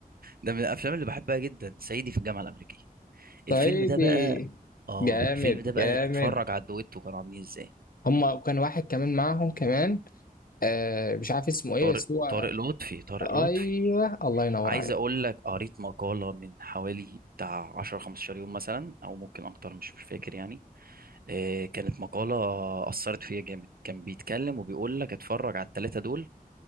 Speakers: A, on the right; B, on the left.
A: ده من الافلام اللي بحبها جدا صعيدي في الجامعه الامريكيه الفيلم
B: صعيدي
A: ده بقى اه
B: جامد
A: الفيلم ده بقى
B: جامد
A: اتفرج على الدويتو كانوا عاملين ازاي
B: هما وكان واحد كمان معاهم كمان آه مش عارف اسمه ايه
A: طارق
B: بس هو
A: طارق لطفي طارق
B: ايوه
A: لطفي
B: الله ينور
A: عايز
B: عليك
A: اقول لك قريت مقاله من حوالي بتاع 10 15 يوم مثلا او ممكن اكتر مش فاكر يعني آه، كانت مقاله اثرت فيا جامد كان بيتكلم وبيقول لك اتفرج على الثلاثه دول